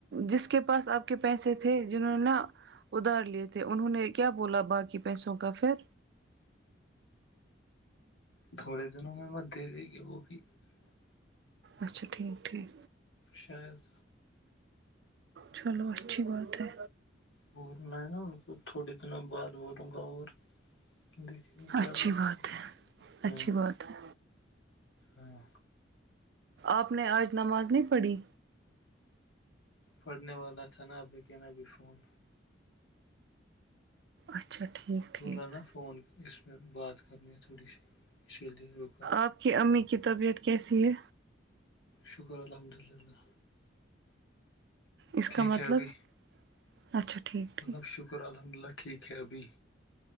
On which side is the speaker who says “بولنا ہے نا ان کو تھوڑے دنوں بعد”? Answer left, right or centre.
Left